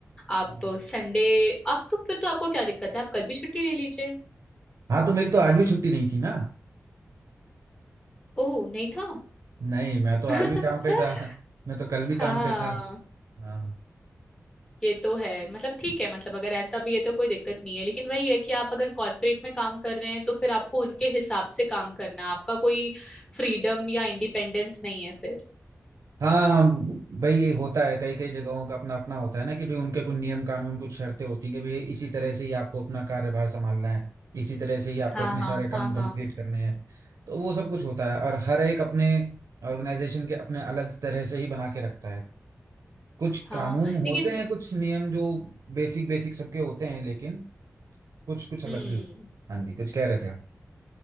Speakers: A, on the right; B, on the left.
A: हाँ
B: आप संडे आप तो फिर तो आपको क्या दिक्कत है आप कल भी छुट्टी ले लीजिए
A: हाँ, तो मेरी तो आज भी छुट्टी नहीं थी ना
B: ओह नहीं था
A: नहीं मैं तो आज
B: <laughs>
A: भी काम पे था मैं तो कल भी काम
B: हाँ
A: पे था हाँ
B: ये तो है मतलब ठीक है मतलब अगर ऐसा भी है तो कोई दिक्कत नहीं है लेकिन वही है कि आप अगर कॉर्पोरेट में काम कर रहे हैं तो फिर आपको उनके हिसाब से काम करना है। आपका कोई फ्रीडम या इंडिपेंडेंस नहीं है फिर
A: हाँ भाई ये होता है कई कई जगहों का अपना अपना होता है ना कि भाई उनके कुछ नियम कानून कुछ शर्तें होती हैं कि भाई इसी तरह से ही आपको अपना कार्यभार संभालना है इसी तरह से ही आपको
B: हाँ
A: अपने
B: हाँ
A: सारे काम
B: हाँ हाँ
A: कंप्लीट करने हैं तो वो सब कुछ होता है और हर एक अपने ऑर्गेनाइजेशन के अपने अलग तरह से ही बना के रखता है कुछ
B: हाँ
A: कानून
B: लेकिन
A: होते हैं कुछ नियम जो बेसिक बेसिक सबके होते हैं लेकिन कुछ कुछ अलग
B: हम्म
A: भी होते हैं हाँ जी कुछ कह रहे थे आप